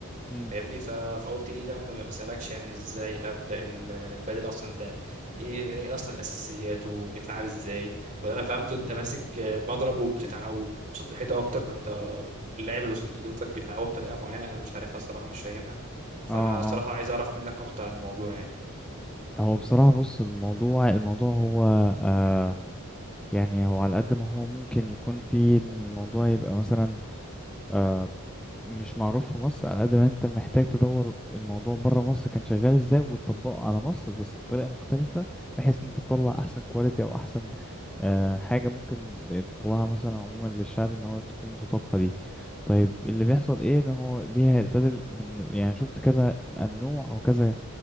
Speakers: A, in the centre; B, on the right.
A: مم.
B: فاهمني ف- فقلت ليه لا ما بسألكش يعني ازاي ابدأ ال- البادل اصلا ده ايه ايه اصلا الاساسيات وبيتلعب ازاي ولا انا فهمته انت ماسك آه، مضرب وبتتعب وبتشوط الحيطه اكتر ما انت اللاعب اللي قص- اللي ضدك بيلعبه بطريقه معينه انا مش عارفها الصراحه مش فاهمها فانا
A: اه
B: صراحه عايز اعرف منك اكتر عن الموضوع يعني
A: هو بصراحة بص الموضوع الموضوع هو آم، يعني هو على قد ما هو ممكن يكون في إن الموضوع يبقى مثلا آه، مش معروف في مصر على قد ما انت محتاج تدور الموضوع بره مصر كان شغال ازاي وتطبقه على مصر بس بطريقة مختلفة بحيث ان انت تطلع احسن كواليتي او احسن آه، حاجة ممكن تطلعها مثلا عموما للشعب ان هو تكون متطابقة دي طيب اللي بيحصل ايه ان هو ليها البدل بن- يعني شفت كذا النوع او كذا